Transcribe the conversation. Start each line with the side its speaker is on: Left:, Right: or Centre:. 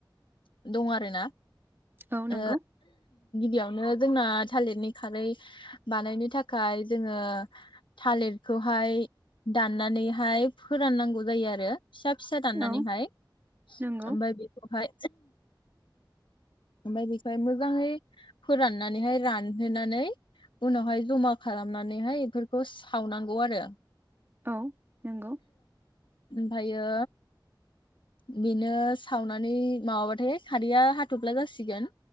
Left: दं आरोना।
Right: औ नंगौ
Left: ओ गियावनो जोंना थालिरनि खारै बानायनो थाखाय जोंङो थालिरखौहाय दाननानैहाय फोराननांगौ जायो आरो। फिसा फिसा दाननानैहाय
Right: औ नंगौ
Left: ओमफ्राय बेखौहाय ओमफाय बेखौहाय मोजांङै फोराननानैहाय रानहोनानै उनावहाय जमा खालामनानैहाय एफोरखौ सावनांगौ आरो।
Right: औ नंगौ।
Left: ओमफायो बेनो सावनानै माबाबाथाय खारैया हाथफ्ला जासिगोन।